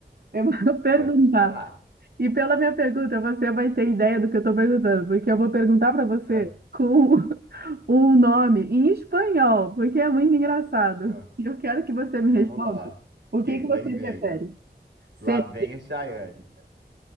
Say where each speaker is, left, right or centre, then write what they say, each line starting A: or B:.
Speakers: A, on the right; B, on the right.
A: eu vou <laughs> perguntar.
B: pode falar.
A: E pela minha pergunta, você vai ter ideia do que eu estou perguntando, porque eu vou perguntar para você
B: É,
A: com <laughs> um nome em espanhol, porque é muito engraçado.
B: é,
A: E eu quero que você me
B: vamos
A: responda.
B: lá.
A: O
B: Ok,
A: que que
B: lá
A: você
B: e vem.
A: prefere? Ser
B: Lá vem a Chayane.